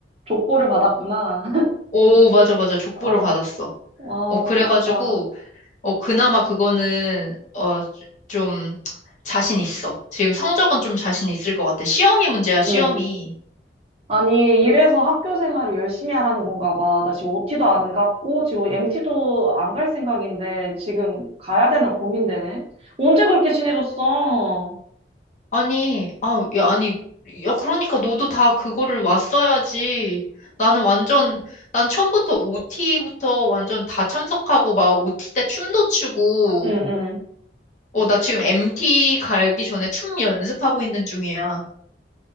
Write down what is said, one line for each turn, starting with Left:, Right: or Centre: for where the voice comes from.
Right: 족보를 받았구나. <laughs>
Left: 오, 맞아, 맞아. 족보를
Right: 어,
Left: 받았어.
Right: 와,
Left: 어, 그래가지고,
Right: 부럽다.
Left: 어, 그나마 그거는, 어, 좀, 자신 있어. 지금 성적은 좀 자신 있을 것 같아. 시험이 문제야, 시험이.
Right: 응. 아니, 이래서 학교 생활을 열심히 하라는 건가 봐. 나 지금 OT도 안 갔고, 지금 MT도 안 갈 생각인데, 지금 가야 되나 고민되네. 언제 그렇게 친해졌어?
Left: 아니, 아, 야, 아니, 야, 그러니까 너도 다 그거를 왔어야지. 나는 완전, 난 처음부터 OT부터 완전 다 참석하고, 막 OT 때 춤도 추고,
Right: 응, 응
Left: 어, 나 지금 MT 가기 전에 춤 연습하고 있는 중이야.